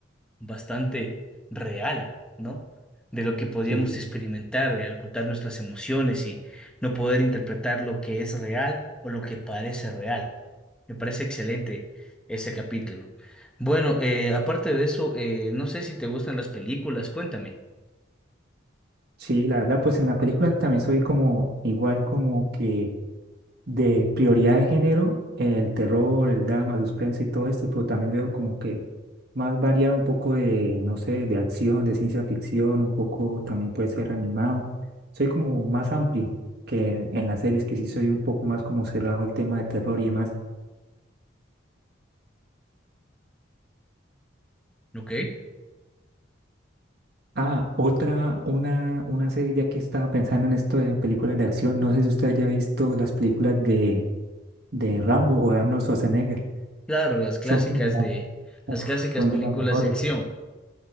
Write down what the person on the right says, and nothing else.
sí
Sí, la verdad, pues en la película también soy como igual como que de prioridad de género, el terror, el drama, el suspenso y todo esto, pero también veo como que más variado un poco de, no sé, de acción, de ciencia ficción, un poco también puede ser animado. Soy como más amplio que en las series, que sí soy un poco más como cerrado al tema de terror y demás.
Ah, otra, una, una serie ya que estaba pensando en esto de películas de acción, no sé si usted haya visto las películas de, de Rambo o de Arnold Schwarzenegger.
Son como la-
uf,
son
de las mejores.